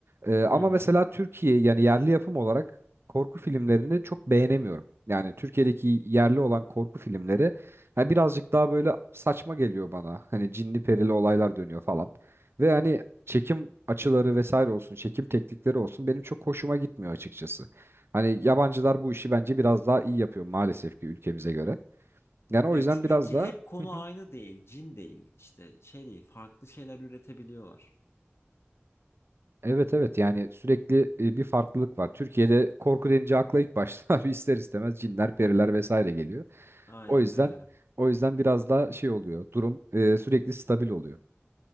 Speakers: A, on the right (about 65°); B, on the left (about 70°).
A: E, ama
B: Hı hı.
A: mesela Türkiye yani yerli yapım olarak korku filmlerini çok beğenemiyorum. Yani Türkiye'deki yerli olan korku filmleri ha, birazcık daha böyle saçma geliyor bana. Hani cinli perili olaylar dönüyor falan. Ve hani çekim açıları vesaire olsun, çekim teknikleri olsun benim çok hoşuma gitmiyor açıkçası. Hani yabancılar bu işi bence biraz daha iyi yapıyor maalesef ki ülkemize göre. Yani o
B: Ya
A: yüzden
B: çünkü
A: biraz
B: c-
A: da
B: hep konu
A: <laughs>
B: aynı değil, cin değil, işte şey değil, farklı şeyler üretebiliyorlar.
A: Evet evet yani sürekli e, bir farklılık var. Türkiye'de korku denince akla ilk başta <laughs> bir ister istemez cinler, periler vesaire geliyor.
B: Aynen
A: O yüzden
B: öyle.
A: o yüzden biraz daha şey oluyor. Durum e, sürekli stabil oluyor.